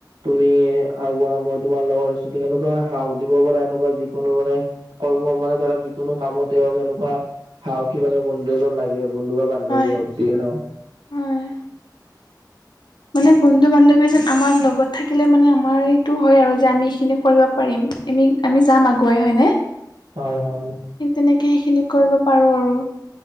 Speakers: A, on the right (about 80°); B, on the left (about 70°).
A: তুমি আগোৱা মই তোমাৰ লগত আছো সেনেকুৱা মানে সাহস দিব পাৰা এনেকুৱা যিকোনো মানে কৰ্ম মানে ধৰা যিকোনো কামতে এনেকুৱা সাহসী মানে বন্ধু এজন লাগে। বন্ধু বা বান্ধৱী
B: হয়
A: হওঁক যিয়ে নহওঁক।
B: হয় মানে বন্ধু বান্ধৱী এজন আমাৰ লগত থাকিলে মানে আমাৰ এইটো হয় আৰু যে আমি এইখিনি কৰিব পাৰিম। এনেই আমি যাম আগুৱাই হয়নে?
A: হয়, হয়।
B: ঠিক তেনেকেই সেইখিনি কৰিব পাৰোঁ আৰু।